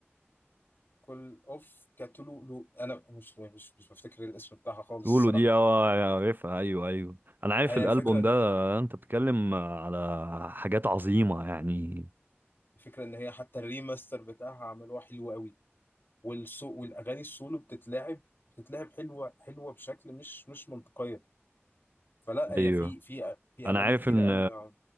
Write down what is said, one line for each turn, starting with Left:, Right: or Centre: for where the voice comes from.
Left: Call of Cthulhu انا مش مش مش بفتكر الاسم بتاعها خالص
Right: سولو
Left: الصراحة
Right: دي اه عارفها أيوه أيوه أنا عارف
Left: هي
Right: الألبوم
Left: الفكرة
Right: ده أنت بتتكلم على حاجات عظيمة يعني
Left: الفكرة ان هي حتى الريماستر بتاعها عملوها حلو قوي والصو والاغاني السولو بتتلعب بتتلعب حلوه حلوه بشكل مش مش منطقيه فلا هي
Right: أيوه
Left: في في في
Right: أنا
Left: اغاني
Right: عارف
Left: كتيره
Right: إن
Left: قوي يعني.